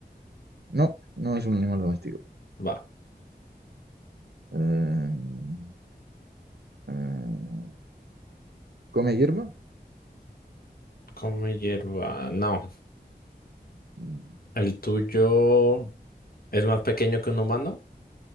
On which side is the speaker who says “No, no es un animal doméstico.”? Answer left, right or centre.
Right